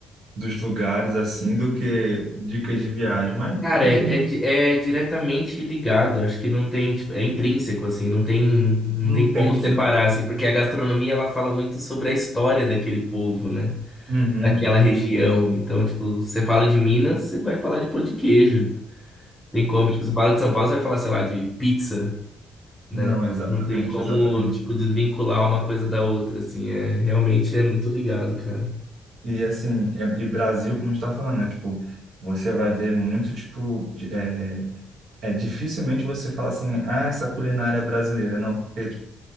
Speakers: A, on the right; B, in the centre.
A: dos lugares, assim, do que dicas de viagem, mas
B: Cara,
A: em-
B: é,
A: em-
B: é, di- é diretamente ligado. Acho que não tem, tipo, é intrínseco, assim, não tem, não
A: não
B: tem como
A: tem de...
B: separar,
A: não-
B: assim, porque a gastronomia, ela fala muito sobre a história daquele povo, né?
A: Uhum,
B: Daquela região.
A: uhum.
B: Então, tipo, você fala de Minas, você vai falar de pão de queijo. Tem como, tipo, você fala de São Paulo, você vai falar, sei lá, de pizza. né?
A: Não, exatamente,
B: Não tem como,
A: exatamente.
B: tipo, desvincular uma coisa da outra, assim. É, realmente é muito ligado, cara.
A: E assim, é, e Brasil, como a gente tá falando, né? Tipo, você vai ver muito, tipo, de- é, é dificilmente você fala assim, ah, essa culinária é brasileira. Não, porque tipo,